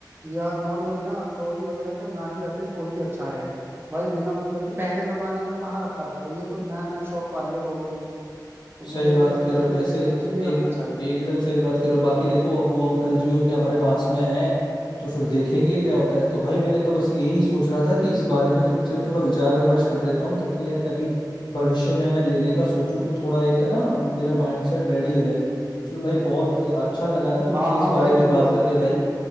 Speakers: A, on the right (about 30°); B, on the left (about 80°).
A: या नॉर्मली ना डॉगी वगैरह को ना ही रखे तो ही अच्छा है भाई बिना मतलब कि पहले जमाने में कहाँ रखता था कोई ये तो नया नया शौक पाल लिया लोगों ने तो मुझे
B: सही बात
A: तो लगता
B: कह रहे
A: है
B: हो भाई
A: मेरे
B: सही
A: हिसाब से नहीं रखना
B: एक
A: चाहिए
B: एकदम सही बात कह रहे हो बाकी देखो अब वो अंकल जी और क्या हमारे पास में आए हैं, तो फिर देखेंगे क्या होता है तो भाई मैंने तो बस यही सोच रहा था कि इस बारे में तुमसे भी थोड़ा विचार विमर्श कर लेता हूँ ताकि यार कभी भविष्य में मैं लेने का सोचूं तो थोड़ा एक ना मेरा माइंडसेट रेडी हो जाए चलो भाई बहुत अच्छा लगा ना तुमसे
A: हाँ
B: इस
A: हाँ
B: बारे
A: भाई
B: में
A: बिल्कुल
B: बात करके भाई